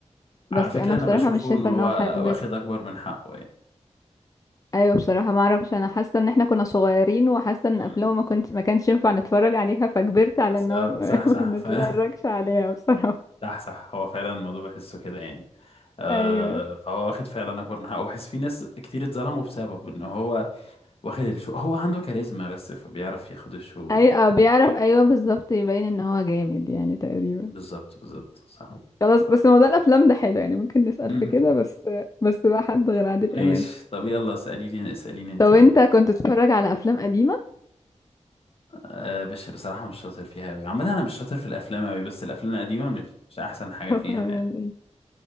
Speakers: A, on the left; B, on the left.
A: بس
B: على فكرة
A: انا بصراحه
B: أنا بشوفه
A: مش شايفه
B: إن هو
A: ان هو حد
B: واخد أكبر من حقه يعني
A: ايوه بصراحه ما اعرفش انا حاسه ان احنا كنا صغيرين وحاسه ان
B: مم.
A: افلامه ما كنت ما كانش ينفع نتفرج عليها فكبرت على
B: بالظبط
A: ان هو <laughs>
B: صح
A: ما
B: صح
A: ما
B: ف
A: نتفرجش
B: <laughs>
A: عليها بصراحه
B: صح صح هو فعلا الموضوع بحسه كده يعني مم. آه
A: <laughs> ايوه
B: فهو واخد فعلا اكبر من حقه وبحس في ناس كتير اتظلموا بسبب ان هو واخد الشو هو عنده كاريزما بس فبيعرف ياخد الشو
A: اي
B: يعني
A: اه بيعرف ايوه بالظبط يبين ان هو جامد يعني تقريبا
B: بالظبط بالظبط صح
A: خلاص بس موضوع الافلام ده حلو يعني ممكن نسأل
B: مم.
A: في كده بس بس بقى حد غير عادل
B: ماشي
A: امام
B: طب يلا اسالي لي اساليني انت
A: طب
B: بقى
A: انت كنت بتتفرج على افلام قديمه
B: آه مش بصراحه مش شاطر فيها قوي عامه انا مش شاطر في الافلام قوي بس الافلام القديمه مش مش احسن حاجه
A: <laughs>
B: فيها
A: طبعا يعني